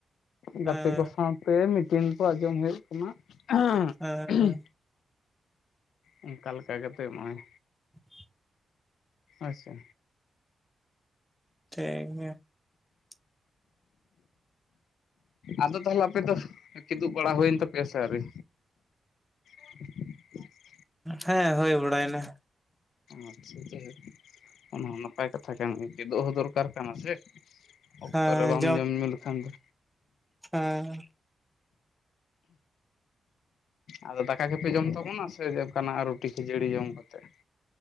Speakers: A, on the left (about 85°); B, in the centre.
A: ᱜᱟᱛᱮ
B: ᱦᱮᱸ
A: ᱠᱚ ᱥᱟᱶᱛᱮ ᱢᱤᱴᱤᱱ ᱠᱚ ᱟᱸᱡᱚᱢ ᱦᱩᱭᱩᱜᱼᱼ ᱠᱟᱱᱟ, ᱟᱦᱟᱸᱜ
B: ᱦᱮᱸ
A: ᱦᱩᱸ, ᱚᱱᱠᱟ ᱞᱮᱠᱟ ᱠᱟᱛᱮᱜ ᱱᱚᱜ-ᱚᱭ᱾
B: <unintelligible>
A: ᱟᱪᱪᱷᱟ᱾
B: ᱴᱷᱤᱠ <unintelligible>
A: ᱟᱫᱚ ᱛᱟᱦᱞᱮ ᱟᱯᱮ ᱫᱚ ᱠᱤᱫᱩᱜ ᱵᱟᱲᱟ ᱦᱩᱭᱮᱱ ᱛᱟᱯᱮᱭᱟ ᱥᱮ ᱟᱹᱣᱨᱤ? <unintelligible>
B: ᱦᱮᱸ ᱦᱩᱭ ᱵᱟᱲᱟᱭ ᱱᱟ᱾
A: ᱟᱨ ᱪᱤᱜ <unintelligible> ᱚᱱᱟ ᱦᱚᱸ ᱱᱟᱯᱟᱭ ᱠᱟᱛᱷᱟ ᱠᱟᱱ ᱜᱮ ᱪᱮᱫᱚᱜ ᱦᱚᱸ ᱫᱚᱨᱠᱟᱨ ᱠᱟᱱᱟ ᱥᱮ? ᱚᱠᱛᱚ
B: ᱦᱮᱸ
A: ᱨᱮ ᱵᱟᱢ ᱡᱚᱢ ᱧᱩᱸ ᱞᱮᱠᱷᱟᱱ ᱫᱚ
B: ᱦᱟᱸᱻ
A: ᱟᱫᱚ ᱫᱟᱠᱟ ᱜᱮᱯᱮ ᱡᱚᱢ ᱛᱟᱵᱚᱱᱟ ᱥᱮ ᱡᱮ‌‌ ᱚᱠᱟ ᱱᱟᱜ ᱨᱩᱴᱤ ᱠᱷᱟᱹᱡᱟᱹᱲᱤ ᱡᱚᱢ ᱠᱟᱛᱮᱜ?